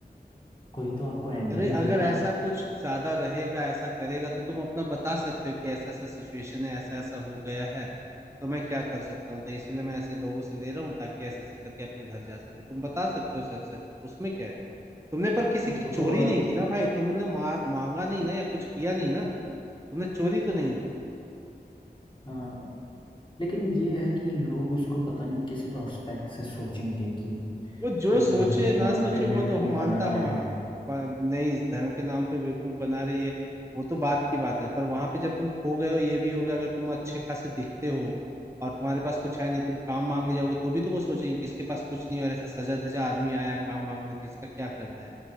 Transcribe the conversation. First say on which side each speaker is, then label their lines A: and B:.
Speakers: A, on the left (about 30°); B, on the right (about 15°).
A: कोई तो आपको एंट्री
B: अरे अगर
A: देगा
B: ऐसा कुछ ज्यादा रहेगा ऐसा करेगा तो तुम अपना बता सकते हो कि ऐसा ऐसा सिचुएशन है ऐसा ऐसा हो गया है तो मैं क्या कर सकता हूँ तो इसीलिए मैं ऐसे लोगों से ले रहा हूँ ताकि ऐसे ऐसे करके अपने घर जा सको तुम बता सकते हो सच सच उसमें क्या है तुमने पर किसी
A: तो
B: की
A: वो
B: चोरी
A: तो और
B: नहीं की ना भाई तुमने मार मांगा नहीं ना या कुछ किया नहीं ना तुमने चोरी तो नहीं की
A: हाँ लेकिन ये है कि लोग उसको पता नहीं किस प्रोस्पेक्ट से सोचेंगे कि
B: वो जो
A: तुम
B: सोचे
A: धर्म के
B: ना
A: नाम
B: सोचे
A: पे
B: वो
A: बेवकूफ
B: तो हम मानता
A: बना
B: हूँ
A: रहे
B: हाँ
A: हैं
B: पर नहीं इस धर्म के नाम पे बेवकूफ बना रही है वो तो बात की बात है पर वहां पे जब तुम खो गए हो ये भी हो गया अगर तुम अच्छे खासे दिखते हो और तुम्हारे पास कुछ है नहीं तुम काम मांगने जाओगे तो भी तो वो सोचेंगे कि इसके पास कुछ नहीं है और ऐसा सजा धजा आदमी आया काम मांगने तो इसका क्या करना है